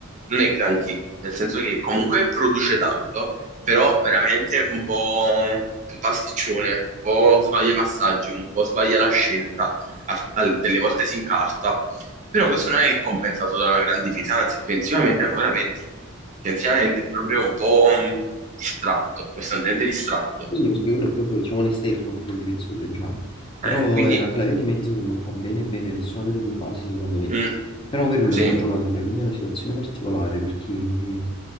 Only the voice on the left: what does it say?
Sì, perché quello è proprio, diciamo, l'esterno più che il difensore, diciamo. Però
è una, quella via di mezzo che non fa bene bene nessuna delle due fasi, secondo me.
Però Perullo
è un buon giocatore, quindi è una situazione particolare perché